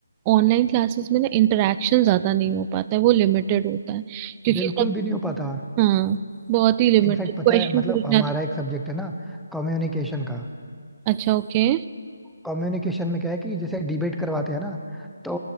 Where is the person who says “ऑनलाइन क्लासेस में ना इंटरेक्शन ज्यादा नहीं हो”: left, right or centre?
Right